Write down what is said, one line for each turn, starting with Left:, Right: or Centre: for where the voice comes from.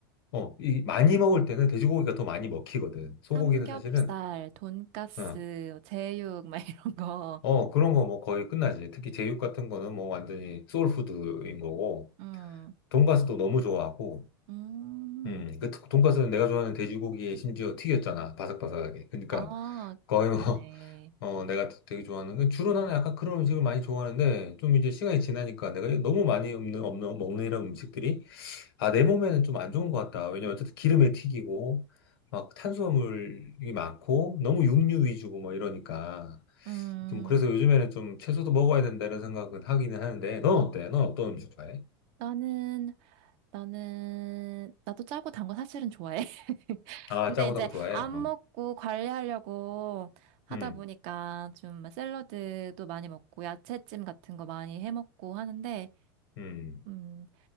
Left: 어, 이 많이 먹을 때는 돼지고기가 더 많이 먹히거든. 소고기는
Right: 삼겹살,
Left: 사실은,
Right: 돈가스,
Left: 어,
Right: 제육, 막 <laughs> 이런 거.
Left: 어, 그런 거 뭐 거의 끝나지. 특히 제육 같은 거는 뭐 완전히 소울푸드인 거고,
Right: 음,
Left: 돈가스도 너무 좋아하고,
Right: 음.
Left: 음, 그 돈- 돈가스는 내가 좋아하는 돼지고기에 심지어 튀겼잖아. 바삭바삭하게. 그러니까
Right: 아,
Left: 거의
Right: 그러네.
Left: 뭐, <laughs> 어, 내가 되게 좋아하는, 그 주로 나는 약간 그런 음식을 많이 좋아하는데, 좀 이제 시간이 지나니까 내가 너무 많이 없는, 없는, 먹는 이런 음식들이 아, 내 몸에는 좀 안 좋은 것 같다. 왜냐면 어쨌든 기름에 튀기고, 막 탄수화물이 많고, 너무 육류 위주고 뭐 이러니까.
Right: 음,
Left: 좀 그래서 요즘에는 좀 채소도 먹어야 된다는 생각은 하기는 하는데, 넌 어때? 넌 어떤 음식 좋아해?
Right: 나는, 나는, 나도 짜고 단 거 사실은 좋아해. <laughs>
Left: 아,
Right: 근데
Left: 짜고
Right: 이제
Left: 단 거 좋아해?
Right: 안
Left: 어.
Right: 먹고 관리하려고 하다
Left: 음,
Right: 보니까 좀 샐러드도 많이 먹고 야채찜 같은 거 많이 해 먹고 하는데,
Left: 음,
Right: 음,